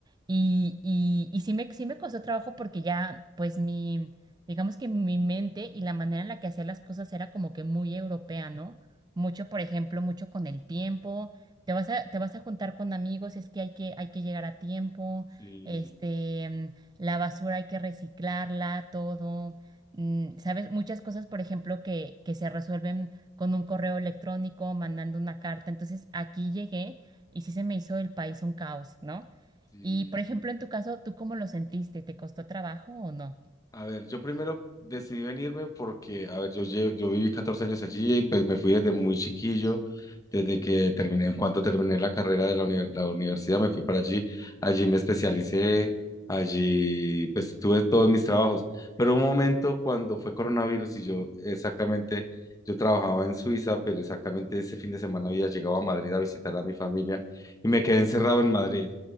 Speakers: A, on the right; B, on the left.
A: y, y, y sí me, sí me costó trabajo porque ya, pues mi, digamos que mi mente y la manera en la que hacía las cosas era como que muy europea, ¿no? Mucho, por ejemplo, mucho con el tiempo, te vas a, te vas a juntar con amigos, es que hay que, hay que llegar a tiempo,
B: sí,
A: este, mm, la basura hay que reciclarla, todo. mm, ¿Sabes? Muchas cosas, por ejemplo, que, que se resuelven con un correo electrónico, mandando una carta. Entonces aquí llegué y sí se me hizo el país un caos, ¿no?
B: sí,
A: Y por ejemplo, en tu caso, ¿tú cómo lo sentiste? ¿Te costó trabajo o no?
B: A ver, yo primero decidí venirme porque, a ver, yo, lle- yo viví 14 años allí, pues me fui desde muy chiquillo, desde que terminé, en cuanto terminé la carrera de la, uni- la universidad, me fui para allí, allí me especialicé, allí pues tuve todos mis trabajos, pero un momento cuando fue coronavirus y yo exactamente, yo trabajaba en Suiza, pero exactamente ese fin de semana había llegado a Madrid a visitar a mi familia y me quedé encerrado en Madrid.